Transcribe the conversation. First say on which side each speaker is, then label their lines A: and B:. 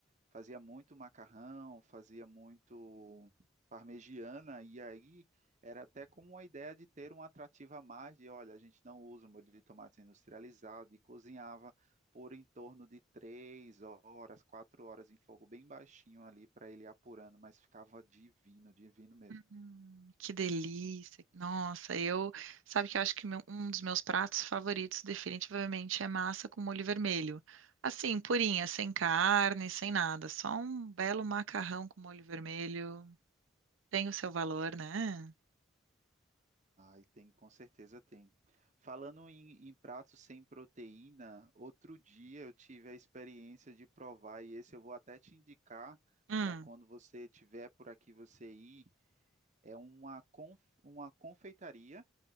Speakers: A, on the right (about 40°); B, on the right (about 80°).
A: fazia muito macarrão, fazia muito parmegiana, e aí era até como uma ideia de ter um atrativo a mais de, olha, a gente não usa molho de tomate industrializado, e cozinhava por em torno de três horas, quatro horas em fogo bem baixinho ali para ele ir apurando, mas ficava divino, divino mesmo.
B: Hum, que delícia. Nossa, eu, sabe que eu acho que meu- um dos meus pratos favoritos definitivamente é massa com molho vermelho. Assim, purinha, sem carne, sem nada, só um belo macarrão com molho vermelho. Tem o seu valor, né?
A: Ai, tem, com certeza tem. Falando em, em pratos sem proteína, outro dia eu tive a experiência de provar, e esse eu vou até te indicar
B: Hum,
A: para quando você tiver por aqui você ir. É uma, conf, uma confeitaria